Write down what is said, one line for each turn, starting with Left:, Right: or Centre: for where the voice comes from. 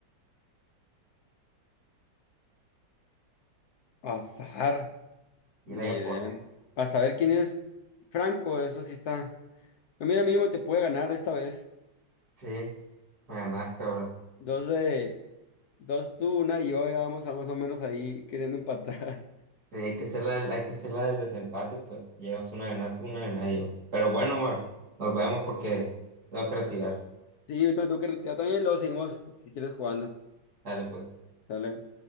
Left: Azar,
Right: Y
Left: ni
Right: la iba a
Left: idea.
Right: poner.
Left: A saber quién es Franco, eso sí está. Pero mira, mínimo te puede ganar esta vez.
Right: Sí, me ganaste, bro.
Left: Dos de, dos tú, una y yo, ya vamos a más o menos ahí queriendo empatar. <laughs>
Right: Sí, hay que ser la, hay que ser la del desempate, pues. Llevas una ganada tú, una ganada yo. Pero bueno, Omar, nos vemos porque tengo que retirar.
Left: Sí, yo también tengo que retirar también, luego seguimos si quieres jugando.
Right: Dale, pues.
Left: Dale.